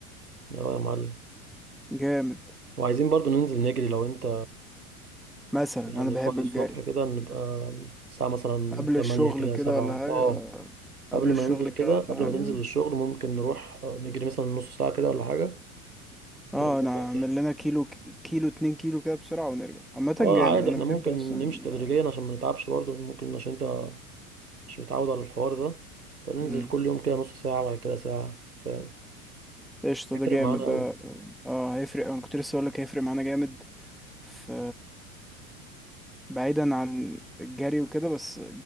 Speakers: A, on the right; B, in the centre.
A: اه يا معلم
B: جامد
A: وعايزين برضو ننزل نجري لو انت
B: مثلا
A: يعني
B: انا بحب
A: فاضي
B: الجري
A: الصبح كده نبقى الساعة مثلا
B: قبل
A: 8
B: الشغل
A: كده
B: كده
A: 7
B: ولا حاجة
A: اه
B: آه. قبل
A: قبل
B: الشغل
A: ما ننزل كده
B: كده
A: قبل
B: ولا حاجة
A: ما تنزل الشغل ممكن نروح آه، نجري مثلا نص ساعة كده ولا حاجة
B: اه
A: ونرجع
B: انا اعمل
A: تاني
B: لنا كيلو كيلو اتنين كيلو كده بسرعة ونرجع عامة
A: اه
B: جامد
A: عادي
B: انا
A: احنا
B: بحب
A: ممكن
B: اصلا
A: نمشي
B: ال...
A: تدريجيا عشان ما نتعبش برضه ممكن عشان انت مش متعود على الحوار ده فننزل
B: مم.
A: كل يوم كده نص ساعة بعد كده ساعة فاهم
B: قشطة
A: بيفرق
B: ده جامد
A: معانا
B: ده
A: أوي
B: اه هيفرق انا كنت لسه هقولك هيفرق معانا جامد ف بعيدا عن الجري وكده بس